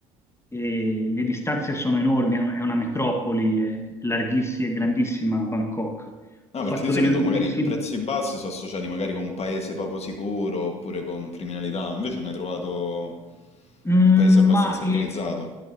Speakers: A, on the left (about 15°); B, on the left (about 40°).
A: e le distanze sono enormi, è un- è una metropoli, è larghissima e grandissima Bangkok.
B: No,
A: Ho
B: perché
A: fatto
B: di solito
A: delle lunghissime,
B: magari prezzi bassi sono associati magari con un paese poco sicuro oppure con criminalità, invece ne hai trovato
A: Mm,
B: un paese abbastanza
A: ma i-
B: organizzato.